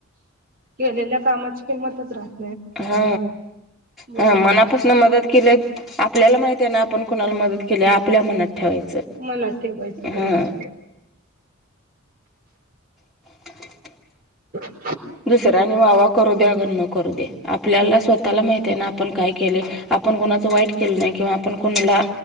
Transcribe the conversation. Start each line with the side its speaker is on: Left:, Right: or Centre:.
Right: केलेल्या कामाची किंमतच राहते
Centre: हा
Right: बरोबर
Centre: हा मनापास मदत केली, आपल्याला माहित आहे ना आपण कोणाला मदत केली आपल्या मनात ठेवायचं.
Right: मनात ठेवायचं बरोबर.
Centre: हा <inaudible>
Right: ह
Centre: दुसऱ्यानी वावा करू दे अगन् न करू दे आपल्याला स्वतःला माहित आहे ना आपण काय केले. आपण कोणाचं वाईट केलं नाही, किंवा आपण कोणाला